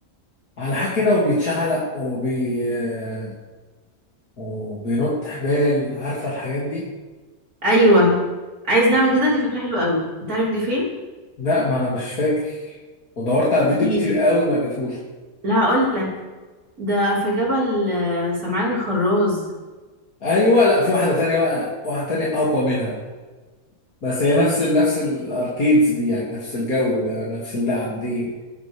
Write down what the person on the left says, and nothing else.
على حاجه كده وبيتشعلق وبي آه، وبينط حبال عارفه الحاجات دي
لا ما انا مش فاكر ودورت على الفيديو
كتير قوي ما لقيتهوش
ايوه لا في واحده تانية بقى واحده تانية اقوى منها بس هي
نفس نفس الاركيدز دي يعني نفس الجو ده نفس اللعب دي